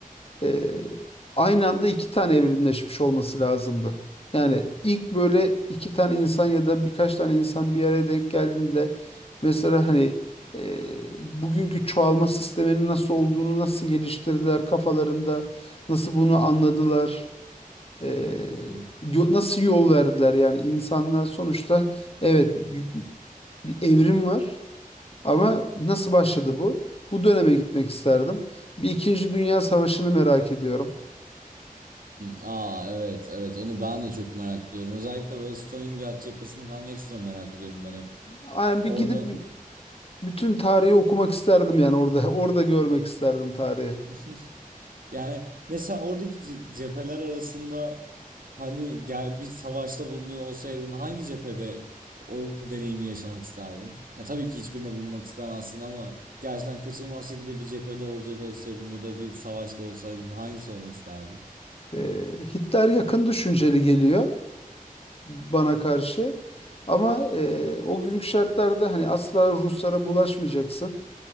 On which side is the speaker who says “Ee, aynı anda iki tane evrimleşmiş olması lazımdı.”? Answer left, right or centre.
Left